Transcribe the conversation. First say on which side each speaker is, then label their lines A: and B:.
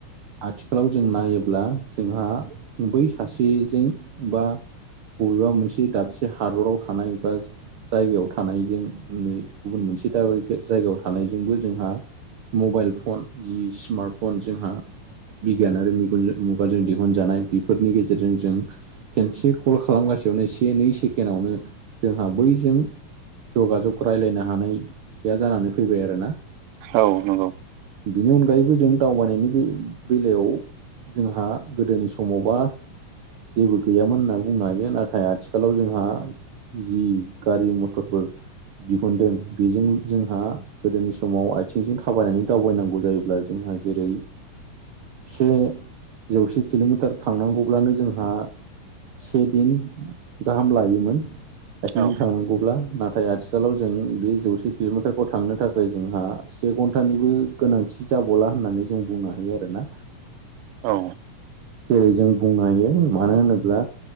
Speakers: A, on the right; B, on the right.
A: आथिखालाव जों नायोब्ला जोंहा बै सासेजों बा बबेबा मोनसे दाबसे हादराव थानाय बा जायगायाव थानायजों नै गुबुन मोनसे द जायगायाव थानायजोंबो जोंहा मबाइल फन जि स्मार्ट फन जोंहा बिगियान आरो मेगन मुग बा जों दिहुनजानाय बेफोरनि गेजेरजों जों खेनसे कल खालामगासियावनो से नै सेकेडआवनो जोंहा बैजों जगाजग रायलायनो हानाया जानानै फैबाय आरो ना
B: औ नंगौ
A: बेनि अनगायैबो जों दावबायनायनि बे बेलायाव जोंहा गोदोनि समावबा जेबो गैयामोन होनना बुंनो हायो नाथाय आथिखालाव जोंहा जि गारि मथरफोर दिहुनदों बेजों जोंहा गोदोनि समाव आथिंजों थाबायनानै दावबायनांगौ जायोब्ला जोंहा जेरै से जौसे किल'मिटार थांनांगौब्लानो जोंहा से दिन गाहाम लायोमोन आथिंजों
B: औ
A: थांनांगौब्ला नाथाय आथिखालाव जों बे जौसे किल'मिटारखौ थांनो थाखाय जोंहा से घन्टानिबो गोनांथि जाबावला होननानै जों बुंनो हायो आरोना
B: औ
A: जेरै जों बुंनो हायो मानो होनोब्ला